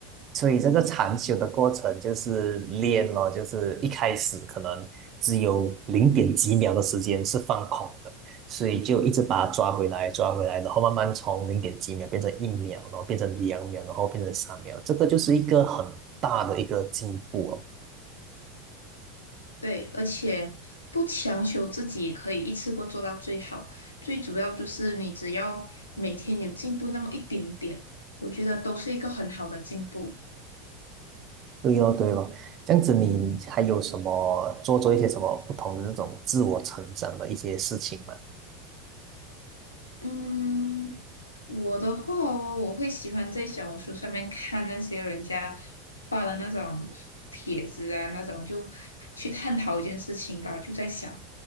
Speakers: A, on the right (about 40°); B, on the left (about 85°).
A: 所以这个禅修的过程就是练咯，就是一开始可能只有零点几秒的时间是放空的，所以就一直把它抓回来，抓回来，然后慢慢从零点几秒变成一秒，然后变成两秒，然后变成三秒，这个就是一个很大的一个进步哦。
B: 对，而且不强求自己可以一次过做到最好，最主要就是你只要每天有进步那么一点点，我觉得都是一个很好的进步。
A: 对哦，对哦，这样子你还有什么做做一些什么不同的这种自我成长的一些事情吗？
B: 嗯，我的话哦，我会喜欢在小红书上面看那些人家发的那种帖子啊，那种就去探讨一件事情吧，就在想，